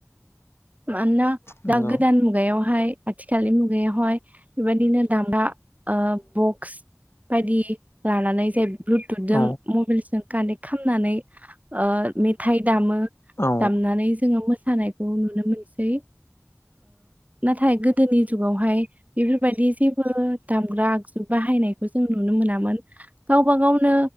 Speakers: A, on the right; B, on the left.
A: मानोना
B: नंगौ
A: दा गोदान मुगायावहाय आथिखालनि मुगायावहाय बेबायदिनो दामग्रा ओ बक्स बायदि लानानै जाय ब्लुथुथजों
B: औ
A: मबाइलजों कानेक्ट खामनानै ओ मेथाइ दामो
B: औ औ
A: दामनानै जोङो मोसानायखौ नु मोनसै नाथाय गोदोनि जुगावहाय बेफोरबायदि जेबो दामग्रा आगजु बाहायनायखौ जों नुनो मोनामोन गावबा गावनो